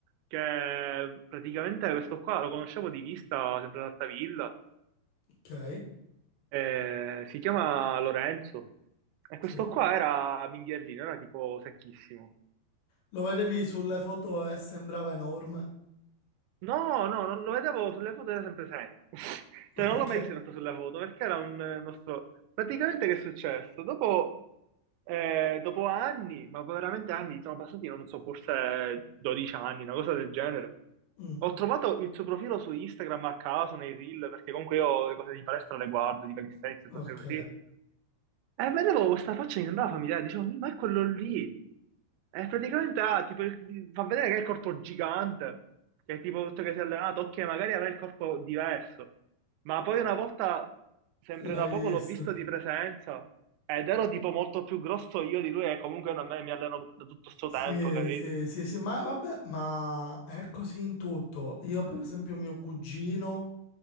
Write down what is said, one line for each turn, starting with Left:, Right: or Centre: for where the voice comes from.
Right: che praticamente questo qua lo conoscevo di vista sempre ad Altavilla,
Left: ok,
Right: eh, si chiama Lorenzo e questo
Left: sì.
Right: qua era mingherlino, era tipo secchissimo.
Left: Lo vedevi sulle foto e sembrava enorme.
Right: No, no, non lo vedevo sulle foto, era sempre secco. <laughs> Cioè,
Left: <laughs>
Right: non
Left: Ok.
Right: l'ho mai visto in realtà sulle foto, perché era un eh, nostro... Praticamente che è successo? Dopo, eh, dopo anni, ma veramente anni, sono passati, non so, forse 12 anni, una cosa del genere.
Left: Mm,
Right: Ho trovato il suo profilo su Instagram a caso, nei reel, perché comunque io le cose di palestra le guardo, di calisthenics e
Left: ok.
Right: cose così. E vedevo questa faccia, mi sembrava familiare, dicevo, "Mi, ma è quello lì. E praticamente ah, tipo, il- di- fa vedere che ha il corpo gigante, che è tipo tutto che si è allenato, ok, magari avrà il corpo diverso. Ma poi una volta, sempre
Left: L'hai
Right: da poco, l'ho
Left: visto?
Right: visto di presenza ed ero tipo molto più grosso io di lui e comunque a me mi alleno da tutto sto
Left: Sì,
Right: tempo, capito?
Left: sì, sì, sì, ma vabbè, ma è così in tutto. Io, per esempio, mio cugino